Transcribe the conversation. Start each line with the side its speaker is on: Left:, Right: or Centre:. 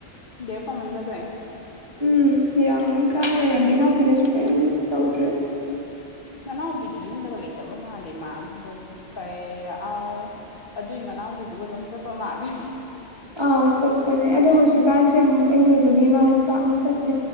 Left: ꯗꯦꯄꯥ ꯃꯟꯗꯕ
Right: ꯎꯝ ꯃꯤꯔꯥꯡ ꯂꯣꯏ ꯀꯥ ꯂꯩꯔꯝꯃꯦ ꯏꯅꯥꯎꯄꯤꯅꯁꯨ ꯀꯩꯝ ꯇꯧꯗ꯭ꯔꯦ
Left: ꯃꯅꯥꯎꯄꯤꯗꯨꯣ ꯌꯨꯝꯗꯒ ꯂꯩꯇꯕ ꯃꯥꯜꯂꯦ ꯃꯥꯕꯅꯤ ꯀꯩ ꯑ ꯑꯗꯨꯏ ꯃꯅꯥꯎꯕꯤꯗꯨꯒ ꯑꯗꯨꯝ ꯆꯠꯄ ꯃꯥꯜꯂꯦ
Right: ꯑꯥ ꯆꯠꯄꯅꯦ ꯑꯗꯣ ꯍꯧꯖꯤꯛꯀꯥꯟꯁꯦ ꯑꯃꯨꯛ ꯑꯩ ꯂꯩꯕꯒꯤ ꯃꯥ ꯄꯥꯛꯅ ꯆꯠꯇꯦ